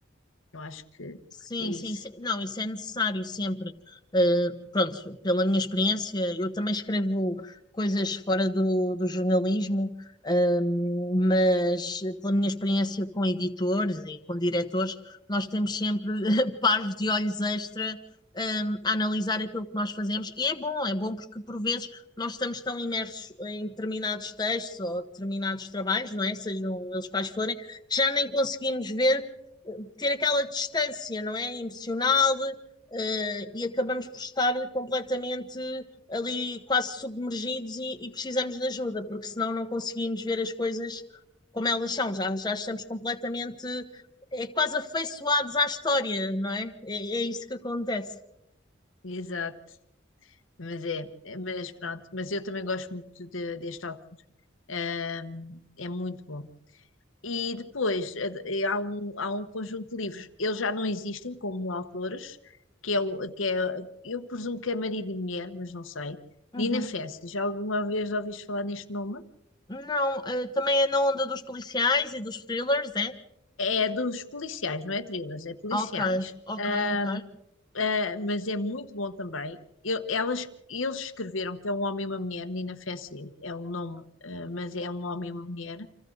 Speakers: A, on the left; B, on the left.
A: Eu acho que
B: Sim,
A: é isso.
B: sim, sim. Não, isso é necessário sempre. Uh, pronto, pela minha experiência, eu também escrevo coisas fora do, do jornalismo, um, mas pela minha experiência com editores e com diretores, nós temos sempre <laughs> pares de olhos extra, um, a analisar aquilo que nós fazemos. E é bom, é bom porque por vezes nós estamos tão imersos em determinados textos ou determinados trabalhos, não é? Sejam eles quais forem, que já nem conseguimos ver ter aquela distância, não é? Emocional, eh, e acabamos por estar completamente ali quase submergidos e, e precisamos de ajuda, porque senão não conseguimos ver as coisas como elas são, já, já estamos completamente, é quase afeiçoados à história, não é? É, é isso que acontece.
A: Exato. Mas é, é- mas pronto. Mas eu também gosto muito de- deste autor. Ahm, é muito bom. E depois eh, eh, há um, há um conjunto de livros, eles já não existem como autores, que é, o- que é, eu presumo que é marido e mulher, mas não sei.
B: Uhum.
A: Nina Fences, já alguma vez ouviste falar neste nome?
B: Não, eh, também é na onda dos policiais e dos thrillers, é?
A: É dos policiais, não é thrillers, é policiais.
B: Ok, ok,
A: Ahm,
B: ok.
A: ah, mas é muito bom também. Eu- elas, eles escreveram que é um homem e uma mulher, Nina Fences é um nome, ah, mas é um homem e uma mulher.